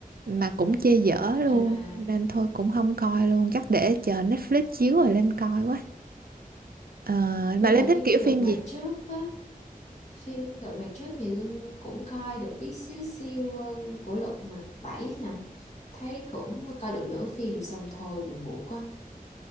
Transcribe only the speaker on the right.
mà cũng chê dở luôn
nên thôi cũng không coi luôn chắc để chờ Netflix chiếu rồi lên coi quá Ờ,
mà
Linh thích
kiểu
phim
gì